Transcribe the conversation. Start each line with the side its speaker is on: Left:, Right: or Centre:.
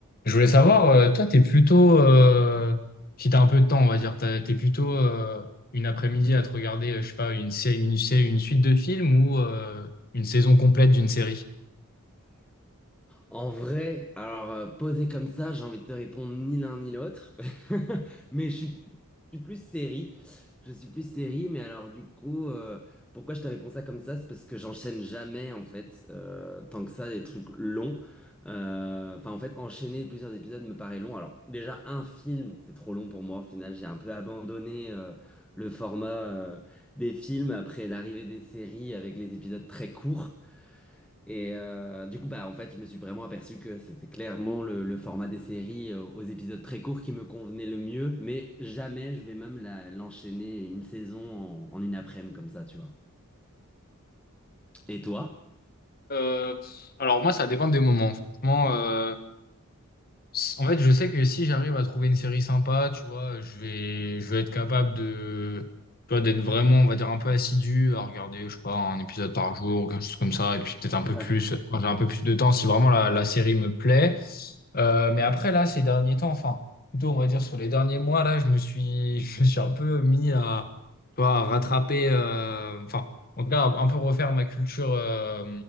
Left: Je voulais savoir, euh, toi, t'es plutôt, euh, si t'as un peu de temps, on va dire, t'as- t'es plutôt euh, une après-midi à te regarder, euh, je sais pas, une série, une, sé- une suite de films ou euh, une saison complète d'une série?
Centre: En vrai, alors euh, posé comme ça, j'ai envie de te répondre ni l'un ni l'autre. <laughs> Mais je suis plus, je suis plus série. Je suis plus série, mais alors du coup, euh, pourquoi je te réponds ça comme ça? C'est parce que j'enchaîne jamais, en fait, euh, tant que ça, des trucs longs. Euh, Enfin, en fait, enchaîner plusieurs épisodes me paraît long. Alors, déjà, un film, c'est trop long pour moi. Au final, j'ai un peu abandonné euh, le format euh, des films après l'arrivée des séries avec les épisodes très courts. Et euh, du coup, bah, en fait, je me suis vraiment aperçu que c'était clairement le, le format des séries euh, aux épisodes très courts qui me convenait le mieux, mais jamais je vais même la, l'enchaîner une saison en, en une après-midi comme ça, tu vois. Et toi?
Left: Euh, alors moi, ça dépend des moments. Franchement, euh, s- en fait, je sais que si j'arrive à trouver une série sympa, tu vois, je vais, je vais être capable de, tu vois, d'être vraiment, on va dire, un peu assidu à regarder, je sais pas, un épisode par jour ou quelque chose comme ça, et puis peut-être un peu
Centre: Ouais.
Left: plus quand j'ai un peu plus de temps, si vraiment la la série me plaît. Euh, mais après, là, ces derniers temps, enfin, plutôt, on va dire sur les derniers mois, là, je me suis, <laughs> je me suis un peu mis à, tu vois, à rattraper, euh, enfin, en tout cas, à un peu refaire ma culture, euh,